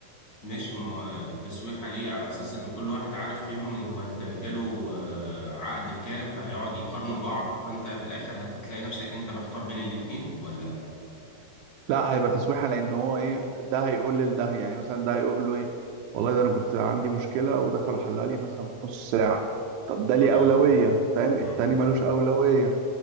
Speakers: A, on the left (about 35°); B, on the right (about 85°).
A: ماشي ما هو التسويحه ليه على اساس ان كل واحد عارف فيهم ان هو ت- جاله آه، عقد بكام فهيقعد يقارنوا بعض فانت في الاخر هتتلاقي نفسك انت محتار بين الاتنين ولا
B: لا هيبقى تسويحه لان هو ايه ده هيقول لده يعني مثلا ده هيقول له ايه والله ده انا كنت عندي مشكله ودخلوا حلها لي مثلا في نص ساعه طب ده ليه
A: اه
B: اولويه فاهم
A: امم
B: التاني ملوش اولويه